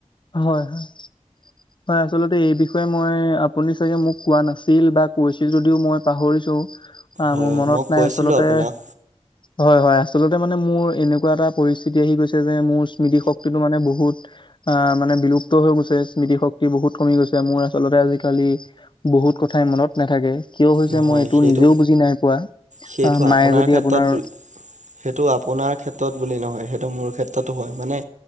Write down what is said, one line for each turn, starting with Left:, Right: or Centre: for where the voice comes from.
Left: হয় হয় হয় আচলত- এই বিষয়ে মই আপুনি চাগে মোক কোৱা নাছিল বা কৈছিল যদিও মই পাহৰিছো। আ
Right: হয়
Left: মোৰ
Right: হয়
Left: মনত
Right: মই
Left: নাই
Right: কৈছিলোঁ
Left: আচলতে।
Right: আপোনাক
Left: হয় হয় আচলতে মানে মোৰ এনেকুৱা এটা পৰিস্থিতি আহি গৈছে যে মোৰ স্মৃতি শক্তিটো মানে বহুত অ মানে বিলুপ্ত হৈ গৈছে স্মৃতিশক্ত- বহুত কমি গৈছে মোৰ আচলতে আজিকালি বহুত কথাই মনত নাথাকে। কিয় হৈছে
Right: নহয়
Left: মই এইটো
Right: সেইটো
Left: নিজেও বুজি নাই পোৱা
Right: সেইটো
Left: মায়ে যদি
Right: ক্ষেত্ৰত
Left: আপোনাৰ
Right: বুলি সেইটো আপোনাৰ ক্ষেত্ৰত বুলি নহয় সেইটো মোৰ ক্ষেত্ৰতো হয় মানে